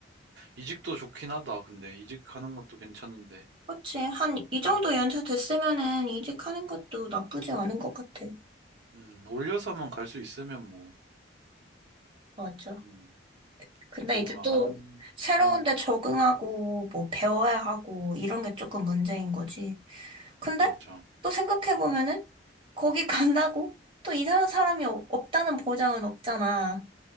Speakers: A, on the right; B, on the right.
A: 이직도 좋긴 하다. 근데 이직하는 것도 괜찮은데,
B: 그치. 한, 이 정도
A: 음,
B: 연차 됐으면은 이직하는 것도 나쁘지 않은 것 같아.
A: 음, 올려서만 갈 수 있으면 뭐,
B: 맞아.
A: 음,
B: 근데
A: 놀
B: 이제
A: 아는,
B: 또 새로운
A: 음,
B: 데 적응하고 뭐 배워야 하고 이런 게 조금 문제인 거지. 근데
A: 맞아.
B: 또 생각해보면은 거기 <laughs> 간다고 또 이상한 사람이 없- 없다는 보장은 없잖아.